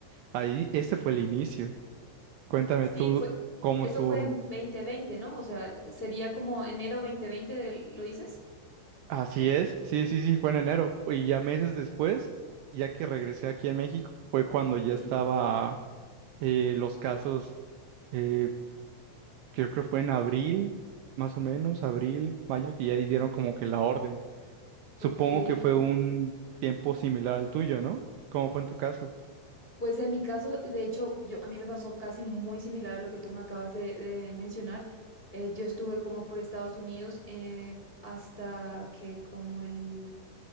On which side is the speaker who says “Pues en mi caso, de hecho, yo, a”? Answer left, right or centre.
Left